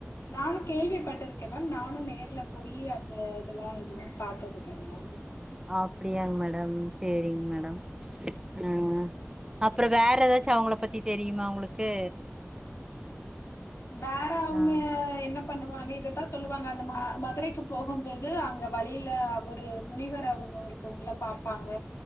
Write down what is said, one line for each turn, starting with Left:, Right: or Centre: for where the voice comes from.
Left: நானு கேள்விப்பட்டிருக்கேன் மேம் நானு நேர்ல போயி அந்த இதெல்லா எதுவு பாத்தது கெடையாது
Right: அப்டியாங் மேடம் சேரிங் மேடம் ஆ அப்றோ வேற ஏதாச்சும் அவங்கள பத்தி தெரியுமா உங்களுக்கு
Left: வேற அவுங்க
Right: ஆ
Left: என்னப் பண்ணுவாங்க இதத்தா சொல்லுவாங்க அந்த மதுரைக்கு போகும்போது அங்க வழில ஒரு முனிவரு அவுங்க ஒரு ஒருத்தவங்கள பாப்பாங்க